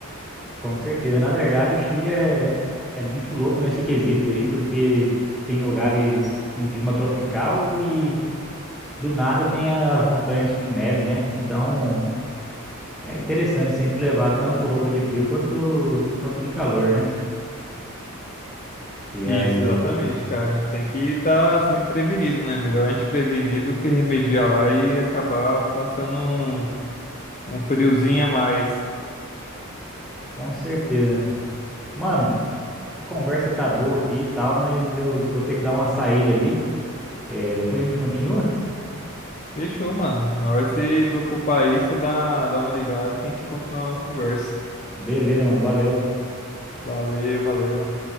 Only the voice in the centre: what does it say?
Com certeza. Na verdade, o Chile é, é muito louco nesse quesito aí, porque tem lugares com clima tropical e do nada tem as montanhas com neve, né? Então é interessante sempre levar tanto roupa de frio quanto, quanto de calor, né? E aí,
com certeza. Mano, a conversa tá boa aqui e tal, mas eu vou ter que dar uma saída ali. É, depois a gente continua?
Beleza, mano. Valeu.